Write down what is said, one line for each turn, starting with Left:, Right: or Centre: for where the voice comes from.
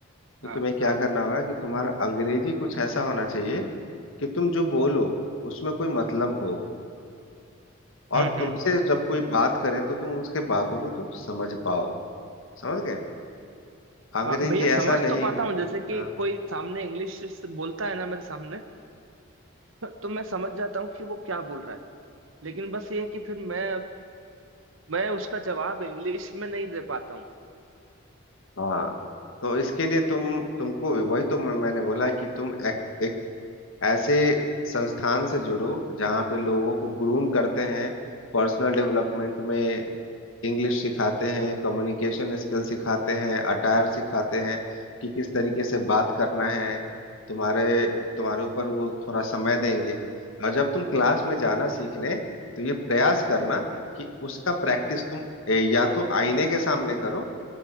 Left: तो
Right: हाँ
Left: तुम्हें क्या
Right: हाँ
Left: करना होगा कि तुम्हारा अंग्रेजी कुछ ऐसा होना चाहिए कि तुम जो बोलो उसमें कोई मतलब हो
Right: हम्म
Left: और तुमसे
Right: हम्म
Left: जब कोई बात करे तो तुम उसके बातों को तुम समझ पाओ समझ गए अंग्रेजी
Right: हाँ भैया समझ
Left: ऐसा नहीं
Right: तो पाता हूँ जैसे कि
Left: हाँ
Right: कोई सामने इंग्लिश से बोलता है ना मेरे सामने तो मैं समझ जाता हूँ कि वो क्या बोल रहा है लेकिन बस ये है कि फिर मैं मैं उसका जवाब इंग्लिश में नहीं दे पाता हूँ
Left: हाँ तो इसके लिए तुम तुमको वही तो मैं- मैंने बोला कि तुम एक, एक ऐसे संस्थान से जुड़ो जहाँ पे लोगों को ग्रूम करते हैं पर्सनल डेवलपमेंट में इंग्लिश सिखाते हैं कम्युनिकेशन स्किल सिखाते हैं अटायर सिखाते हैं कि किस तरीके से बात करना है तुम्हारे तुम्हारे ऊपर वो थोड़ा समय देंगे और जब तुम क्लास में जाना सीखने तो ये प्रयास करना
Right: हाँ
Left: कि उसका प्रैक्टिस तुम ए, या तो आईने के सामने करो